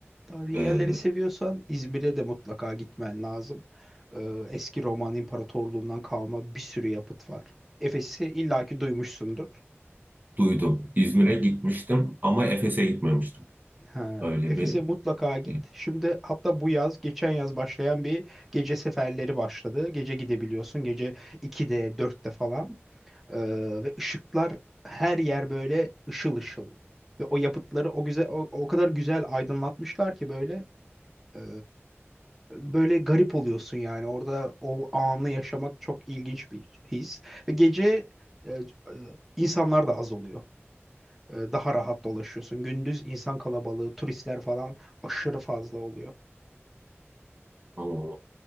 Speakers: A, in the centre; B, on the right.
A: tarihi
B: Ee,
A: yerleri seviyorsan İzmir'e de mutlaka gitmen lazım. Ee, eski Roman İmparatorluğundan kalma bir sürü yapıt var. Efes'i illaki duymuşsundur.
B: duydum. İzmir'e gitmiştim ama Efes'e gitmemiştim.
A: Ha,
B: Öyle
A: Efes'e
B: bir
A: mutlaka git.
B: şey.
A: Şimdi hatta bu yaz, geçen yaz başlayan bir gece seferleri başladı. Gece gidebiliyorsun. Gece 2'de, 4'te falan. Ee, ve ışıklar her yer böyle ışıl ışıl. Ve o yapıtları o güzel o, o kadar güzel aydınlatmışlar ki böyle e, böyle garip oluyorsun yani. Orada o anı yaşamak çok ilginç bir his. Ve gece e, e, insanlar da az oluyor. E, Daha rahat dolaşıyorsun. Gündüz insan kalabalığı, turistler falan aşırı fazla oluyor.
B: Tamam